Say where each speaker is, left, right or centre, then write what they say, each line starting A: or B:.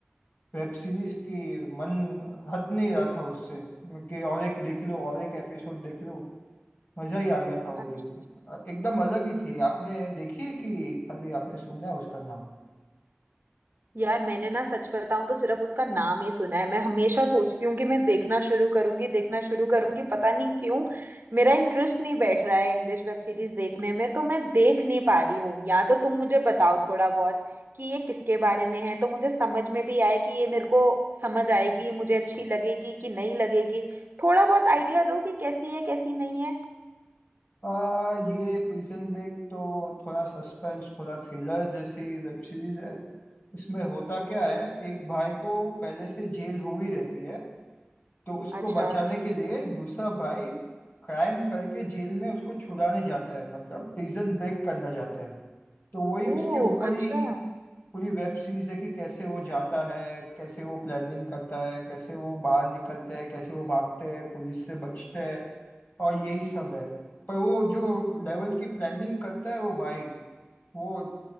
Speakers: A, on the left; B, on the right.
A: वेब सीरीज की मन हट नहीं रहा था उससे कि और एक देख लो और एक एपिसोड देख लो मजा ही आ गया था वो
B: अच्छा
A: देख के आ, एकदम अलग ही थी आपने देखी है कि खाली आपने सुना है उसका नाम
B: यार मैंने ना सच बताऊं तो सिर्फ उसका नाम ही सुना है मैं हमेशा सोचती हूँ कि मैं देखना शुरू करूंगी देखना शुरू करूंगी पता नहीं क्यों मेरा इंटरेस्ट नहीं बैठ रहा है इंग्लिश वेब सीरीज देखने में तो मैं देख नहीं पा रही हूँ या तो तुम मुझे बताओ थोड़ा बहुत कि ये किसके बारे में है तो मुझे समझ में भी आए कि ये मेरे को समझ आएगी मुझे अच्छी लगेगी कि नहीं लगेगी थोड़ा बहुत आइडिया दो कि कैसी है कैसी नहीं है
A: आ, ये प्रिजन ब्रेक तो थोड़ा सस्पेंस थोड़ा थ्रिलर जैसी वेब सीरीज है उसमें होता क्या है एक भाई को पहले से जेल हो ही रहती है तो उसको
B: अच्छा
A: बचाने के लिए दूसरा भाई क्राइम करके जेल में उसको छुड़ाने जाता है मतलब प्रिजन ब्रेक करना चाहता है तो वही
B: ओह
A: उसके ऊपर
B: अच्छा
A: ही पूरी वेब सीरीज है कि कैसे वो जाता है कैसे वो प्लानिंग करता है कैसे वो बाहर निकलते हैं कैसे वो भागते हैं पुलिस से बचते हैं और यही सब है पर वो जो लेवल की प्लानिंग करता है वो भाई वो